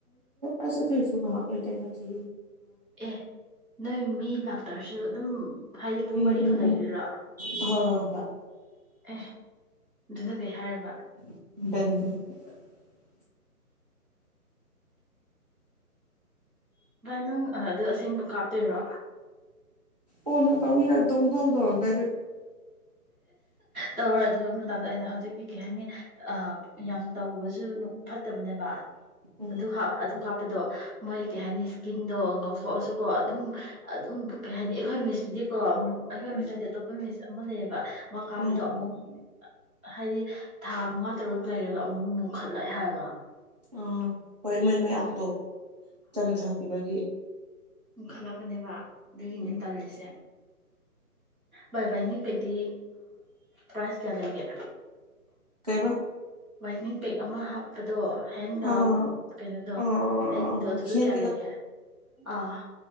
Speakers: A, on the right; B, in the centre.
A: ꯑꯩꯁ ꯊꯁꯨꯥꯇ ꯌꯥ ꯊ
B: ꯑꯦ ꯅꯣꯏ ꯃꯤ ꯂꯥꯛꯇꯔꯁꯨ ꯑꯗꯨꯝ ꯍꯥꯏꯗꯤ ꯄꯨꯡ
A: ꯎꯝ
B: ꯃꯔꯤꯐꯥꯎ
A: ꯎꯝ
B: ꯂꯩꯔꯤꯔꯥ
A: ꯎꯝ ꯍꯣꯏ ꯍꯣꯏ ꯍꯣꯏ
B: ꯑꯦ ꯑꯗꯨꯅ ꯀꯩ ꯍꯥꯏꯔꯕ
A: ꯦꯡ
B: ꯅꯪ ꯑꯗꯨ ꯑꯁꯦꯡꯕ ꯀꯥꯞꯇꯣꯏꯔꯣ
A: ꯍꯅ ꯀꯥꯎꯅꯤ ꯗꯣꯡ ꯗꯣꯡꯗꯔꯗ
B: ꯇꯧꯔ ꯑꯗꯨ ꯃꯇꯝꯗ ꯑꯩꯅ ꯍꯧꯖꯤꯛꯇꯤ ꯀꯩ ꯍꯥꯏꯅꯤ ꯌꯥꯝ ꯇꯧꯔꯨꯕꯁꯨ ꯐꯠꯇꯕꯅꯦꯕ
A: ꯎꯝ
B: ꯑꯗꯨ ꯍꯥ ꯑꯗꯨ ꯀꯞꯄ ꯍꯥꯠꯄꯗꯣ ꯃꯣꯏ ꯀꯩ ꯍꯥꯏꯅꯤ ꯏꯁꯀꯤꯟꯗꯣ ꯉꯥꯎꯊꯣꯛꯑꯁꯨꯀꯣ ꯑꯗꯨꯝ ꯑꯗꯨꯝ ꯀꯩ ꯍꯥꯏꯅꯤ ꯑꯩꯈꯣꯏ ꯃꯤꯁꯇꯨꯗꯤꯀꯣ ꯑꯩꯈꯣꯏ
A: ꯎꯝ
B: ꯃꯤꯁ ꯍꯥꯏꯗꯤ ꯑꯇꯣꯞꯄ ꯃꯤꯁ ꯂꯩꯌꯦꯕ ꯃꯥ ꯀꯥꯞꯄꯗꯣ
A: ꯎꯝ
B: ꯑꯃꯨꯛ ꯍꯥꯏꯗꯤ ꯊꯥ ꯃꯉꯥ ꯇꯔꯨꯛ ꯂꯩꯔꯒ ꯑꯃꯨꯛ ꯃꯨꯛꯈꯠꯂꯣꯏ ꯍꯥꯏꯕ
A: ꯎꯝ ꯍꯣꯏ ꯏꯃꯣꯏ ꯃꯌꯥꯛꯇꯣ
B: ꯑꯗꯨꯒꯤ
A: ꯆꯝꯊꯈꯤꯕꯒꯤ
B: ꯎ ꯈꯜꯂꯛꯄꯅꯦꯕ ꯑꯗꯨꯒꯤꯅꯦ
A: ꯎꯝ
B: ꯇꯜꯂꯤꯁꯦ ꯚꯥꯏ ꯋꯥꯥꯏꯅꯤ ꯄꯩꯗꯤ ꯄ꯭ꯔꯥꯏꯖ ꯀꯌꯥ ꯂꯩꯒꯦ
A: ꯀꯕ
B: ꯋꯥꯏꯅꯤꯡ ꯄꯦꯛ ꯑꯃ ꯍꯥꯞꯄꯗꯣ ꯍꯦꯟꯒ
A: ꯑꯥ
B: ꯀꯩꯅꯣꯗꯣ
A: ꯑꯥ
B: ꯂꯥꯏꯛꯄꯗꯣ
A: ꯑꯥ ꯑꯥ
B: ꯑꯗꯨꯗꯣ
A: ꯍꯦꯟ
B: ꯀꯌꯥ ꯂꯩꯒꯦ ꯑꯥ